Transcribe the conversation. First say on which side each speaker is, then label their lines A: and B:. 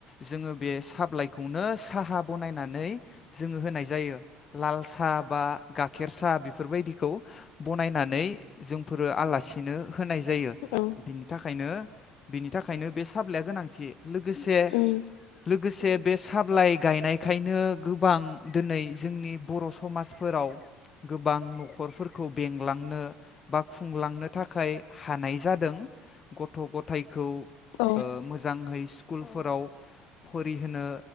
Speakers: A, on the left (about 30°); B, on the left (about 80°).
A: जोंङो बे साब्लाइखौनो साहा बनायनानै जोंङो होनाय जायो लाल साहा बा गाखेर साहा बेफोरबायदिखौ बनायनानै जोंफोरो आलासिनो होनाय जायो
B: औ
A: बिनि थाखायनो बिनि थाखायनो बे साब्लाइया गोनांथि। लोगोसे
B: उम
A: लोगोसे बे साब्लाइ गायनायखायनो गोबां दिनै जोंनि बर' समाजफोराव गोबां न'खरफोरखौ बेंलांनो बा खुंलांनो थाखाय हानाय जादों गथ' गथाय खौ
B: औ
A: ओ मोज जांहै स्कुलफोराव फरिहोनो